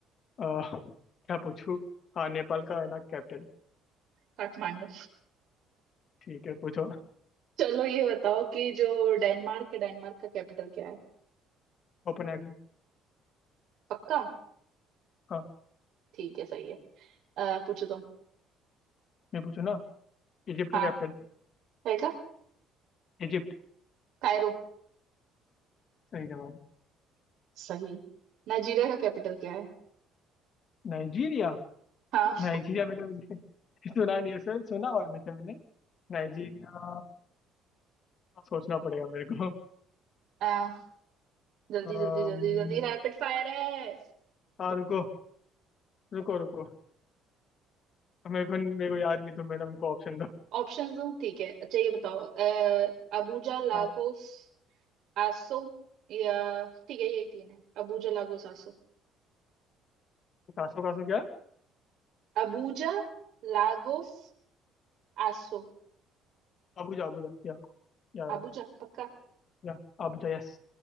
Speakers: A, on the left; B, on the right.
A: अह, क्या पूछूँ हाँ नेपाल का है ना कैपिटल
B: काठमांडू
A: ठीक है पूछो
B: चलो ये बताओ कि जो डेनमार्क है डेनमार्क का कैपिटल क्या है
A: कोपेनहेगन
B: पक्का
A: हाँ
B: ठीक है सही है अ, पूछो तुम
A: मैं पूछूँ ना इजिप्ट का
B: हाँ
A: कैपिटल
B: है क्या
A: इजिप्ट
B: कायरो
A: सही जवाब
B: सही नाइजीरिया का कैपिटल क्या है
A: नाइजीरिया
B: हाँ
A: नाइजीरिया में तो मुझे <laughs> सुना नहीं है सर सुना हुआ है वैसे मैंने नाइजीरिया सोचना पड़ेगा मेरे को
B: हाँ जल्दी
A: अम्म,
B: जल्दी जल्दी जल्दी रैपिड फायर है
A: हाँ रुको रुको रुको मेरे को मेरे को याद नहीं तो मेरा मेरे को ऑप्शन दो
B: ऑप्शंस दूं ठीक है अच्छा ये बताओ अ, अबूजा लागोस
A: हाँ
B: आसो या ठीक है यही तीन है Abuja Lagos Aso
A: कासो कासो क्या
B: Abuja Lagos Aso
A: Abuja Abuja या या
B: Abuja पक्का
A: या अबुजा यस